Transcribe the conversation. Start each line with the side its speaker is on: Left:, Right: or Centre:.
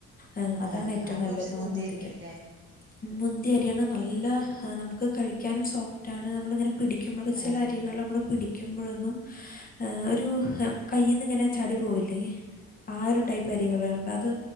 Left: ആഹ് അതാണ്
Right: ആ
Left: ഏറ്റോം
Right: അത്
Left: നല്ലത്
Right: കൊറച്ച് മുന്തിയ
Left: മ മന്തിക്ക്
Right: അരിയാണ്ല്ലേ
Left: മുന്തിയെ റ്റിയാണ് നല്ല നമ്മുക്ക് കഴിക്കാനും സോഫ്റ്റാണ് മ്മള് ഇങ്ങനെ പിടിക്കുമ്പളൊക്കെ ചെല
Right: ആ
Left: അരികള് മ്മള് പിടി ക്കുമ്പഴൊന്നും ഏഹ് ഒരു കയ്യിന്നിങ്ങനെ ചാടി പോവില്ലേ ആ ഒരു ടൈപ്പ് അരികളുണ്ട് അത്